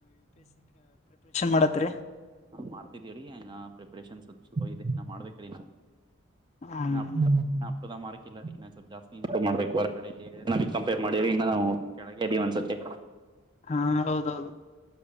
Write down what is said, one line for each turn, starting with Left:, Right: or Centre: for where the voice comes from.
Left: ಮಾಡತ್ರಿ
Right: ಮಾಡ್ತಿದೀವ ರೀ ಪ್ರಿಪರೇಷನ್ ಸ್ಲ್ಲ್ಪ ಇದೆ ಮಾಡ್್ದ ರೀ
Left: ಹ್ಮ
Right: ಇ ಅಪ್ದ ಮಾರ್ಕ ಇಿಲ್ಲ ರೀ ಸ್ವಲ್ಪ ಜಾಸ್ತಿ ಇಂಪ್ರೂವ್ ಮಾಡಬೇಕು ಹೊರಗಡೆ ನಮಗ್ ಕಂಪೇರ್ ಮಾಡಿ್ರ ಇನ್ನು ನಾವು ಕೆಳಗೆ ಇದೀವಿ ಅನ್ಸತ್ತೆ
Left: ಹಾ ಹೌದೌದು